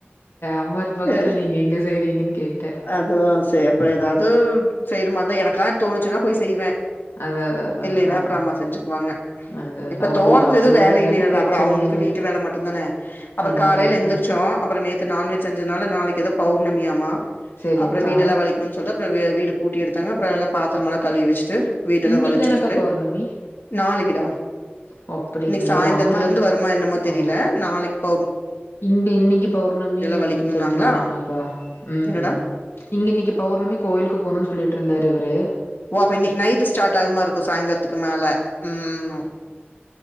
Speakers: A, on the left (about 85°); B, on the left (about 60°).
A: அம்மா இருப்பாங்கல்ல
B: அ
A: நீங்க எங்க செய்றீங்கன்னு கேட்டே
B: அதுதா செ அப்புற எதாது செய்னும் மந்த எனக்கா தோணுச்சுன்னா போய் செய்வ
A: அதா அதா அதான்க்கா
B: இல்லேன்னா அப்புறு அம்மா செஞ்சுக்குவாங்க
A: அதா அதா
B: இப்ப
A: உங்களுக்கு
B: தோரத்துல
A: அவங்க
B: எது
A: இருக்கங்காட்டி
B: வேலை இல்லேலா
A: பிரச்சனை
B: அப்புறோ அவுங்ளுக்கு
A: இல்ல
B: வீட்டு வேல மட்டுந்தான அப்புறோ
A: அதா
B: காலைல
A: அதா அதா
B: எந்துர்ச்சோ அப்புற நேத்து நான்வெஜ் செஞ்சதனால நாளை எதோ பௌர்ணமியா மா
A: சரிங்க்கா
B: அப்புற வீடெல்லா வலைக்குண் சொல்ட்டு அப்புறு அது வீடு கூட்டி எடுத்தாங்க அப்புற எல்லா பாத்திரமுலா கழுவி வச் ட்டு வீடெ
A: இன்னைக்கு
B: வலச்சுட்டுட்டு
A: தானக்கா பௌர்ணமி
B: நாளைக்கிடா
A: ஓ அப்டிங்களா
B: இன்னைக்கு சாய்ந்தறத்துல
A: இல்ல அம்மா
B: இருந்து வருமா என்னமோ
A: ஓ
B: தெரியல நாளைக்குப்
A: இங்க இன்னிக்கு பௌர்ணமி
B: வலிக்கணும்னாங்களா
A: அப்டின்னு சொல்லிட்டிருந்தாங்க அக்கா உம்
B: என்னடா
A: உம் இங்க இன்னிக்கு பௌர்ணமி கோயிலுக்கு போணுன்னு சொல்லிட்டு இருந்தாரு இவரு
B: ஓ அப்ப இன்னைக்கு நைட்டு ஸ்டார்ட் ஆகுமா இருக்கும் சாயந்தரத்துக்கு மேல ம்